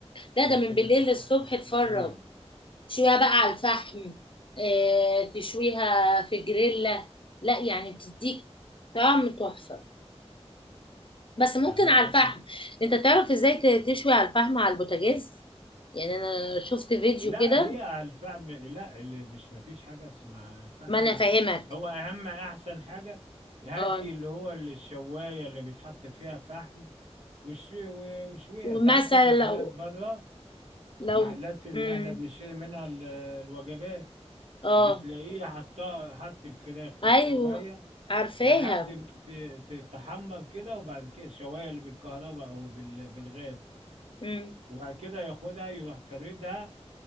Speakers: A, on the left; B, on the right.
A: لا
B: وبعد
A: ده من
B: كده
A: بالليل
B: تقدر
A: للصبح اتفرج
B: تشويها
A: تشويها بقى على الفحم آه، تشويها في جريلا لا يعني بتديك طعم تحفة بس
B: ده
A: ممكن
B: هو
A: على
B: انا
A: الفحم انت تعرف ازاي ت- تشوي على الفحم على البوتاجاز يعني انا شفت فيديو
B: لا
A: كده
B: هي الفحم لا اللي مش ما فيش حاجه اسمها الفحم
A: ما انا فاهمك
B: هو اهم احسن حاجه هاتي
A: اه
B: اللي هو الشوايه اللي بيتحط فيها فحم وش- وشويها
A: ومثلا
B: انت عارفه المحلات
A: لو
B: بره
A: لو
B: المحلات اللي
A: امم
B: احنا بنشتري منها ال- الوجبات
A: اه
B: بتلاقيه حطها حط الفراخ في
A: ايوه
B: الشوايه
A: عارفاها
B: لحد ما ت- تتحمر كده وبعد كده الشوايه اللي بالكهرباء او بال- بالغاز
A: امم
B: وبعد كده ياخدها يروح فاردها